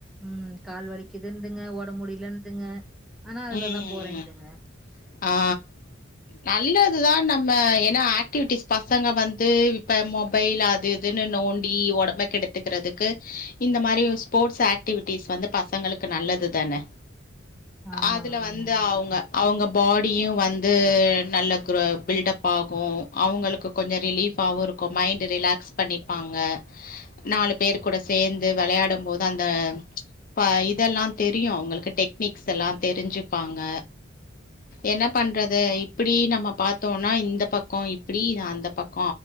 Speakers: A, in the centre; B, on the left.
A: ம் கால்வலிக்குதுங்க ஒடம்பு முடியலதுங்க ஆனா அதுலதா
B: ம்
A: போறேன்துங்க
B: ஆ ஆ நல்லதுதா நம்ம ஏனா ஆக்டிவிட்டிஸ் பசங்க வந்து இப்ப மொபைல் அது இதுன்னு நோண்டி ஒடம்ப கெடுத்துக்கிறதுக்கு இந்த மாரி ஸ்போர்ட்ஸ் ஆக்டிவிட்டிஸ் வந்து பசங்களுக்கு நல்லது தான
A: ஆமா
B: அதுல
A: நல்லா
B: வந்து
A: இருக்கு.
B: அவங்க அவங்க பாடியு வந்து நல்ல குரோ பில்டப் ஆகு அவங்களுக்கு கொஞ்ச ரிலீஃபாவு இருக்கு மைண்ட ரிலாக்ஸ் பண்ணிப்பாங்க ங்க நாலு பேர் கூட சேந்து விளையாடும் போது அந்த அப்ப இதெல்லா தெரியு அவங்களுக்கு டெக்னிக்ஸ் எல்லா தெரிஞ்சுப்பாங்க என்ன பண்றது இப்டி நம்ம பாத்தோனா இந்த பக்க இப்டி அந்த பக்